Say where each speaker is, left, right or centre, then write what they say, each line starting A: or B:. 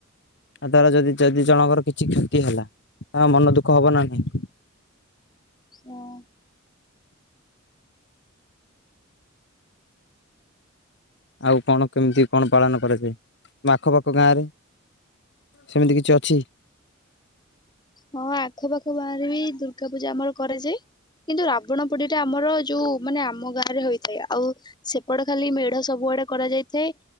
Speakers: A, on the left (about 60°); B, on the left (about 20°).
A: ତା ଦ୍ଵାରା ଯଦି ଯଦି ଜଣଙ୍କର କିଛି କ୍ଷତି ହେଲା ତା ମନ ଦୁଃଖ ହବ ନା ନାହିଁ।
B: ହଁ
A: ଆଉ କଣ କେମିତି କଣ ପାଳନ କରାଯାଏ ଆଖ ପାଖ ଗାଁରେ ସେମିତି କିଛି ଅଛି।
B: ହଁ ଆଖପାଖ ବାହାରେ ବି ଦୁର୍ଗା ପୂଜା ଆମର କରାଯାଏ କିନ୍ତୁ ରାବଣ ପୋଡି ଟା ଆମର ଯୋଉ ମାନେ ଆମ ଗାଁ ରେ ହୋଇଥାଏ ଆଉ ସେପଟେ ଖାଲି ମେଢ ସବୁଆଡେ କରାଯାଇଥାଏ